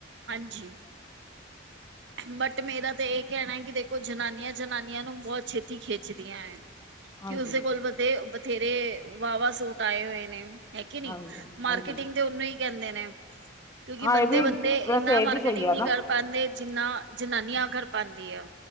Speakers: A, on the right; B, on the left.
A: ਹਾਂਜੀ, ਬਟ ਮੇਰਾ ਤੇ ਇਹ ਕਹਿਣਾ ਕਿ ਦੇਖ ਜਨਾਨੀਆਂ-ਜਨਾਨੀਆਂ ਨੂੰ ਬਹੁਤ ਛੇਤੀ ਖਿੱਚਦੀਆਂ ਐ
B: ਹਾਂਜੀ,
A: ਕਿ ਉਸਦੇ ਕੋਲ ਵਧੇ ਥੇਰੇ ਵਾਹਵਾ ਸੂਟ ਆਏ ਹੋਏ ਨੇ ਹੈ ਕੇ ਨੀ
B: ਹਾਂਜੀ,
A: ਮਾਰਕੀਟਿੰਗ
B: ਹਾਂਜੀ
A: ਦੇ ਉਹਨੂੰ ਈ ਕਹਿੰਦੇ ਨੇ ਕਿਉਂਕਿ
B: ਹਾਂ
A: ਬੰਦੇ-ਬੰਦੇ
B: ਇਹ ਵੀ ਵੈਸੇ
A: ਨਾ ਮਾਰਕੀਟਿੰਗ
B: ਇਹ ਵੀ ਸਹੀ
A: ਨਈ
B: ਆ ਨਾ।
A: ਕਰ ਪਾਂਦੇ ਜਿੰਨਾ ਜਨਾਨੀਆਂ ਕਰ ਪਾਂਦੀ ਆ।